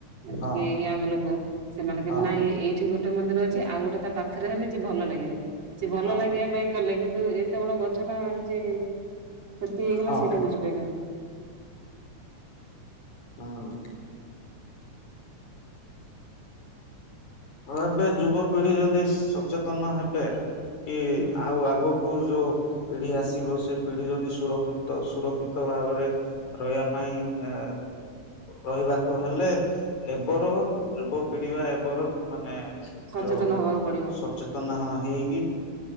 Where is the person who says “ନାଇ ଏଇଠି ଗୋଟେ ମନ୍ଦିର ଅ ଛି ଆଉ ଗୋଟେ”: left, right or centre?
Right